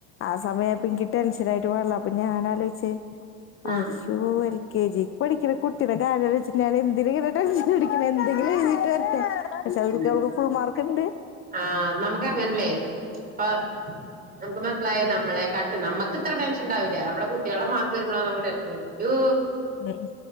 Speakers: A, on the left; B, on the right.
A: ആ സമയായൊപ്പോ എനിക്ക് ടെൻഷനായിട്ട് പാടില്ല അപ്പൊ ഞാൻ ആലോയ്ച്ചേ
B: ആഹ്
A: അജ്ജോ എൽ കെ ജിക്ക് പഠിക്കുന്ന കുട്ടിടെ കാര്യ വെച്ചിട്ട് ഞാനെന്തിനാങ്ങനെ ടെൻഷൻ അടിക്കണേ എന്തേങ്കിലും എഴുതിയിട്ട് വരട്ടെ പക്ഷെ അതിൽ
B: ഉം
A: അവൾക്ക് ഫുൾ മാർക്കുണ്ട്
B: ആഹ് നമക്ക് അങ്ങനെയല്ലേ പ്പോ നമുക്ക് ലയ നമ്മളെ കാട്ട് നമക്ക്ത്ര ടെൻഷൻ ഉണ്ടാവൂല്ല നമ്മുടെ കുട്ട്യാളെ മാർക്ക് വരുമ്പോള നമുക്ക് ടെൻഷൻ യൊ
A: ഉ